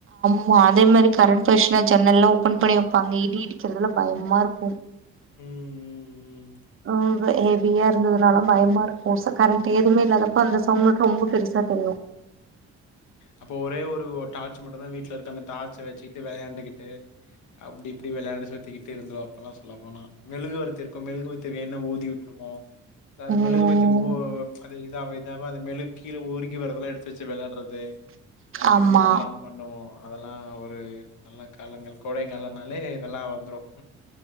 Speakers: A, on the right (about 45°); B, on the left (about 80°).
A: <unintelligible> அதே மாரி கரண்ட் போர்ஷ்னா ஜன்னல்லா ஓபன் பண்ணி வைப்பாங் இடி இடிக்கிறதுல பயமா இருக்கு
B: ம் ம்.
A: ஆ ஹெவியா இருந்ததுனால பயமா இருக்கு ச கரண்ட் எதுவுமே இல்லாதப்ப அந்த சவுண்ட் மட்டு ரொம்ப பெருசா தெரியு
B: அப்போ ஒரே ஒரு டார்ச் மட்டு தா வீட்ல இருக் அந்த டார்ச்ச வச்சிட்டு விளையாண்டுக்கிட்டு அப்டி இப்டி விளையாண்டு சுத்திக்கிட்டு இருந்தோ அப்பெல்லா சொல்லாபோனா மெழுகு வரத்தி இருக்கு மெழுகு வேனே ஓதி விட்ருவோ
A: <inaudible>
B: அது
A: ம்
B: மெழுகுபத்தி ஓ அது இதாவ இதாவ அது மெழுகு கீழ உருகி வரதெல்லா எடுத் துச்சு வெளடறது
A: ஆமா
B: இது மாரில்லா பண்ணுவோ அதெல்லா ஒரு நல்லா காலங்கள் கோடை காலோனாலே இதெல்லா வந்துடு